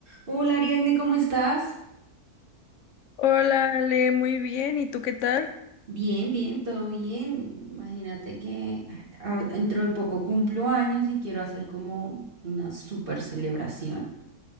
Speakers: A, on the right; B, on the left.
A: Hola Ariadne, ¿cómo estás?
B: Hola, Ale, muy bien. ¿Y tú qué tal?
A: Bien, bien, todo bien. Imagínate que ah, dentro de poco cumplo años y quiero hacer como una super celebración.